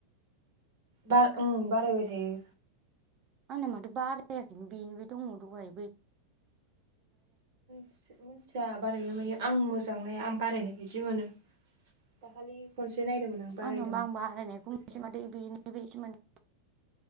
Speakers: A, on the right (about 50°); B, on the right (about 30°).
A: बा ओ बारायबाय थायो।
B: आंना माथो बारायाखै बेनोबे दङ दहाय बै
A: थि मिथिया बारायो ना मायो आं मोजां नाया आं बारायनाय बायदि मोनो। दाखालि खनसे नायदोंमोन आं बारायदोंमोन
B: आंना आं बारायनायखौ
A: बिसिबांबा
B: मोनसे माथो
A: बारायखो
B: बेनो बे मोनसे